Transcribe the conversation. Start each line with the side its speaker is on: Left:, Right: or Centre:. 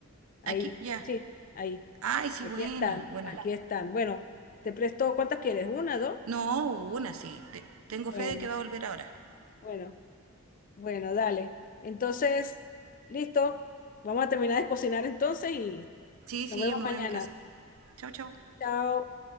Left: Ahí,
Right: Aquí, ya.
Left: sí, ahí.
Right: Ay, sí,
Left: Aquí
Right: buena,
Left: están,
Right: buena.
Left: aquí están. Bueno, te presto, ¿cuántas quieres? ¿Una, dos?
Right: No, una, sí. te- tengo
Left: Bueno,
Right: fe de que va a volver ahora.
Left: bueno, bueno, dale. Entonces, listo. Vamos a terminar de cocinar entonces y
Right: Sí,
Left: nos
Right: sí,
Left: vemos
Right: yo me
Left: mañana.
Right: voy a mi casa. Chau, chau.
Left: Chao.